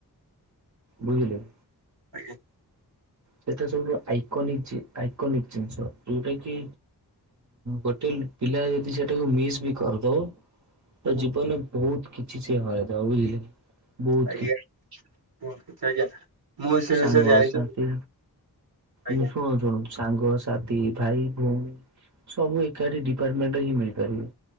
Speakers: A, on the right; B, on the right.
A: ବୁଝିଲେକି।
B: ଆଜ୍ଞା।
A: ସେଇଟା ସବୁଠୁ ଆଇକୋନିକ ଆଇକୋନିକ ଜିନିଷ ଯୋଉଟା କି ଗୋଟେ ପିଲା ଯଦି ସେଟାକୁ ମିସ୍ ବି କରିଦବ ତା
B: ହୁଁ,
A: ଜୀବନରେ ବହୁତ କି ଛି ହରେଇ ଦବ ବୁଝିଲେ। ବହୁତ
B: ଆଜ୍ଞା କୁଅ ଆଜ୍ଞା। ମୁଁ ସେ
A: ସାଙ୍ଗ
B: ବିଷୟରେ ଜାଣିଛି
A: ଶାନ୍ତି
B: ଆଜ୍ଞା
A: ମୁଁ ଶୁଣୁ ଶୁଣୁ ସାଙ୍ଗ ସାଥି ଭାଇ ଭଉଣୀ ସବୁ ଏକାଠି ଡିପାର୍ଟମେଣ୍ଟରେ ହିଁ ମିଳିପାରିବ